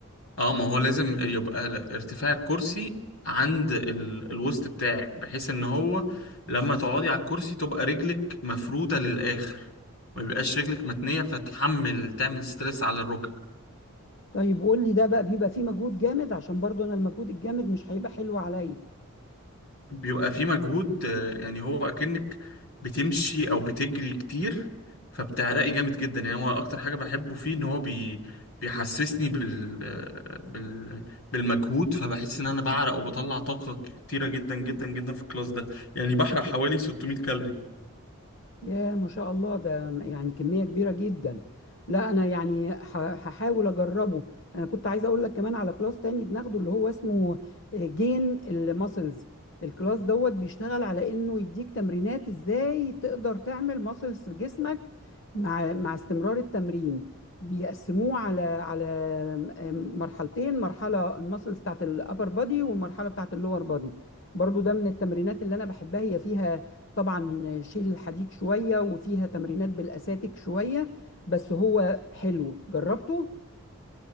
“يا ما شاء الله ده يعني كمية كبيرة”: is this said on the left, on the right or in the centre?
Left